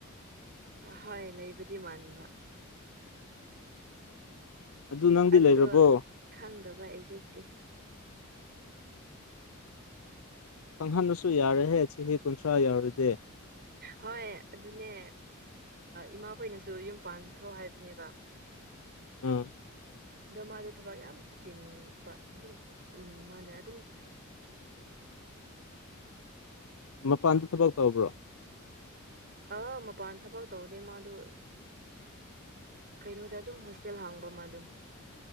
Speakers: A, on the right; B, on the left.
A: ꯑ ꯍꯣꯏ ꯂꯩꯕꯗꯤ ꯃꯥꯟꯕ
B: ꯑꯗꯨ ꯅꯪꯗꯤ
A: ꯑꯗꯨꯗꯣ
B: ꯂꯩꯔꯕꯣ
A: ꯈꯪꯗꯕ ꯑꯦꯛꯖꯦꯛꯇꯤ
B: ꯀꯪꯍꯟꯕꯁꯨ ꯌꯥꯔꯦꯍꯦ ꯆꯍꯤ ꯀꯨꯟꯊ꯭ꯔꯥ ꯌꯥꯎꯔꯗꯤꯦ
A: ꯍꯣꯏ ꯑꯗꯨꯅꯦ ꯏꯃꯥꯈꯣꯏꯅꯁꯨ ꯌꯨꯝ ꯄꯥꯟꯈ꯭ꯔꯣ ꯍꯥꯏꯕꯅꯦꯕ
B: ꯎꯝ
A: ꯑꯗꯣ ꯃꯥꯗꯣ ꯊꯕꯛ ꯌꯥꯝ ꯆꯤꯟꯕ ꯑꯗꯨꯝ ꯎꯝ ꯃꯥꯅ ꯑꯗꯨꯝ
B: ꯃꯄꯥꯟꯗ ꯊꯕꯛ ꯇꯧꯕ꯭ꯔꯣ
A: ꯑ ꯃꯄꯥꯟ ꯊꯕꯛ ꯇꯧꯗꯦ ꯃꯥꯗꯨ ꯀꯩꯅꯣꯗ ꯑꯗꯨꯝ ꯍꯣꯁꯇꯦꯜ ꯍꯥꯡꯕ ꯃꯥꯗꯣ